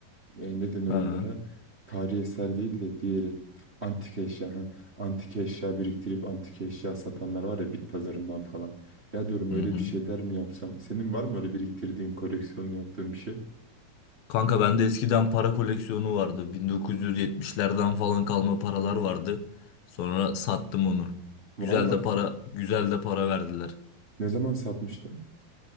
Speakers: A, on the right (about 25°); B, on the left (about 80°).
A: e, ne denir
B: Ha,
A: onlara? Tarihi eser değil de diğeri antik eşya. ha. Antik eşya biriktirip antik eşya satanlar var ya bit pazarından falan. Ya diyorum öyle
B: hı hı.
A: bir şeyler mi yapsam? Senin var mı öyle biriktirdiğin koleksiyonunu yaptığın bir şey?
B: Kanka bende eskiden para koleksiyonu vardı. 1970'lerden falan kalma paralar vardı. Sonra sattım onu.
A: Valla
B: Güzel de para, güzel de para verdiler.
A: Ne zaman satmıştın?